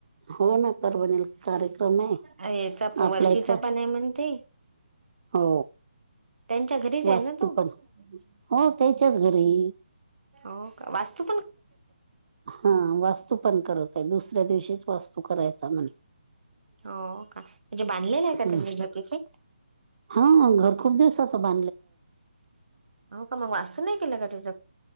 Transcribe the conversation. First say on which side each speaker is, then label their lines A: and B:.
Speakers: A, on the right; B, on the right.
A: हो ना परभणीला कार्यक्रम आहे
B: अ याचा,
A: आपला
B: वर्षीचा
A: एक
B: पणे म्हणती.
A: हो.
B: त्यांच्या घरीच
A: वास्तू
B: आहे ना तो
A: पण, हो त्याच्याच घरी.
B: हो का? वास्तु
A: हा वास्तू पण करतेय, दुसऱ्या दिवशीच वास्तू करायचा म्हणे.
B: हो का? म्हणजे बांधलेलंय
A: हम्म.
B: का त्यांनी घर तीथे
A: हा घर खूप दिवसाचं बा
B: अ का मग वास्तू नाही केल का त्याच.